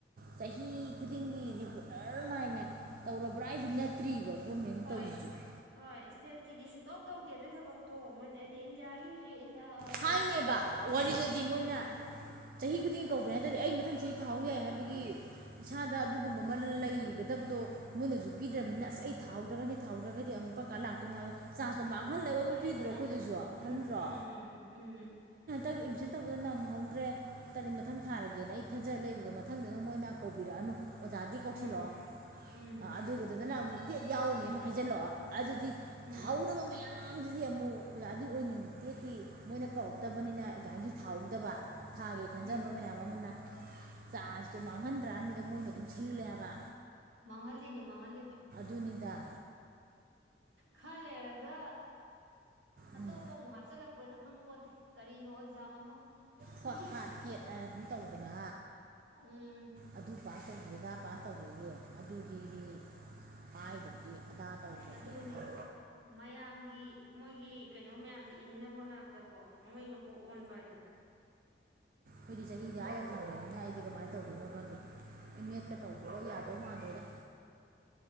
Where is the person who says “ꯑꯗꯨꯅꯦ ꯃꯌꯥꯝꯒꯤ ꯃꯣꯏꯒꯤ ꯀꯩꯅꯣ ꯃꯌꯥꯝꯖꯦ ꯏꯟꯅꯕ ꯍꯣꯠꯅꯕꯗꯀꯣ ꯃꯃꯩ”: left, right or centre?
Right